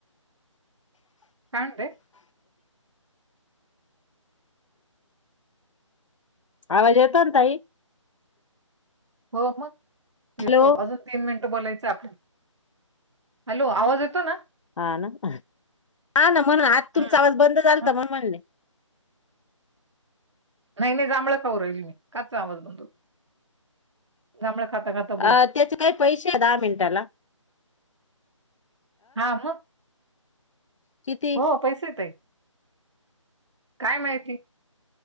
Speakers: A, on the right; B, on the left.
A: हाे.
B: आवाज येतो ना ताई.
A: हो, मग
B: हॅलो
A: येतो अजून. तीन मिनिटं बोलायचं आपण, हॅलो आवाज येतो ना.
B: हा ना हा ना म्हण आज तुमचा
A: हम्म.
B: आवाज बंद झाल
A: हा
B: तर म्हणून म्हणले.
A: नाही नाही जांभळा खाऊ राहील मी कच्चा आवडतो. जाभळे खाता खाता.
B: अ
A: बोलते
B: त्याचे काही पैसे आहे दहा मिनटाला.
A: अहो,
B: किती
A: हो पैसेतय काय माहिती